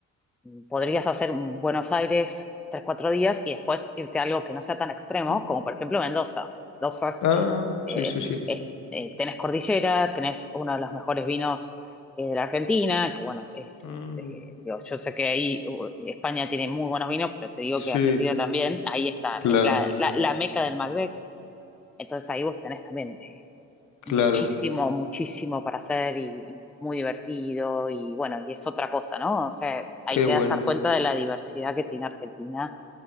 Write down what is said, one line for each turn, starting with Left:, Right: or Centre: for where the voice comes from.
Centre: mm, podrías hacer un Buenos Aires tres, cuatro días y después irte a algo que no sea tan extremo,
Left: Sí.
Centre: como por ejemplo Mendoza. Mendoza es,
Left: Ah,
Centre: es, eh,
Left: sí, sí, sí.
Centre: es- eh, tenés cordillera, tenés uno de los mejores vinos eh, de la Argentina, que bueno, es,
Left: Mm,
Centre: eh, digo, yo sé que ahí uh, España tiene muy buenos vinos, pero te digo
Left: sí,
Centre: que Argentina también, ahí está,
Left: claro,
Centre: es la, la, la meca del Malbec, entonces ahí vos tenés también. eh,
Left: claro.
Centre: muchísimo, muchísimo para hacer y, y muy divertido y bueno, y es otra cosa, ¿no? O sea, hay
Left: Qué
Centre: que
Left: bueno.
Centre: dar cuenta de la diversidad que tiene Argentina